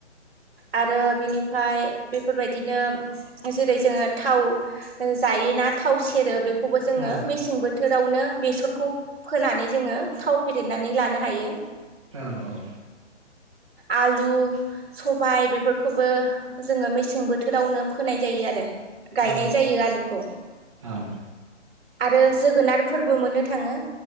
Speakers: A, on the right (about 55°); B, on the right (about 25°).
A: आरो बिनिफ्राय बेफोरबायदिनो जेरै जोङो थाव जायोना थाव सेरो बेखौबो जोङो
B: औ
A: मेसें बो थोरावनो बेसरखौ फोनानै जोङो थाव फेदेरनानै लानो हायो
B: औ-औ
A: आलु सबाय बेफोरखौबो जोङो मेसें बोथोरावनो फोनाय जायो आरो गायनाय
B: औ
A: जायो आलुखौ
B: औ
A: आरो जोगोनार फोरबो मोनो थाङो